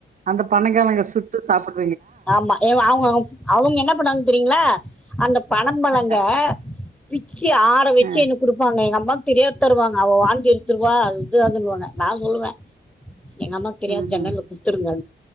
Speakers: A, on the right; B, in the centre.
A: அந்த பணங்கிழங்க சுட்டு சாப்ட்டு
B: ஆமா அவுங்க அவங்க என்ன பண்ணாங்க தெரியுங்களா அந்த பனம்பழங்க
A: ஆ
B: பிச்சு ஆற வச்சு
A: ஆ
B: எனக்கு குடுப்பாங்க எங்க அம்மா தெரியா தருவாங்க அவ வாந்தி எடுத்துருவா அ இது அதுன்னுவாங்க நான் சொல்லுவே எங்க அம்மாக்கு தெரியாம
A: ம்ஹும்
B: ஜன்னல்ல குடுத்துருங்க